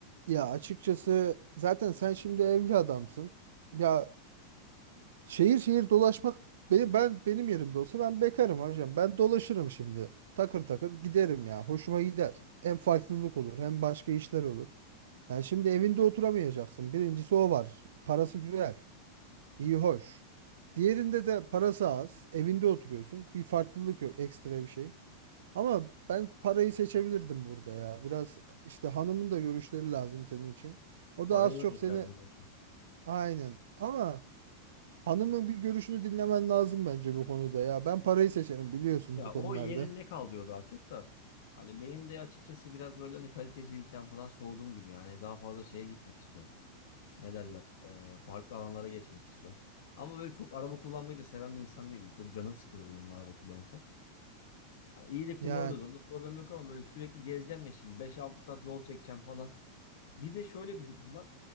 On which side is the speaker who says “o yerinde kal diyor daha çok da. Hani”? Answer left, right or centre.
Left